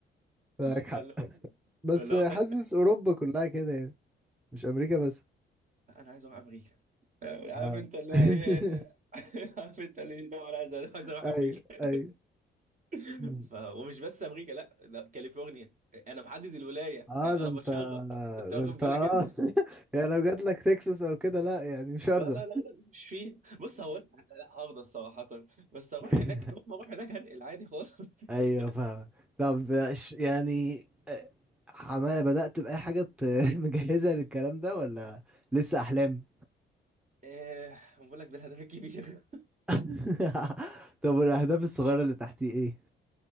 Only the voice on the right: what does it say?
فاللي
هو
فاللي
هو فاهم
انا عايز اروح امريكا آه، عارف
انت اللي
هو ايه <laughs> عارف انت اللي هو انا عايز عايز اروح
امريكا
<laughs>
ف... ومش بس امريكا لا ده كاليفورنيا انا محدد الولايه
انا
بتشرط انت واخد
بالك
انت
لا لا لا لا مش فيه بص هو لا لا، هرضى الصراحه بس اروح
هناك اول ما اروح هناك هنقل عادي خالص
<laughs>
ايه بقول لك ده الهدف الكبير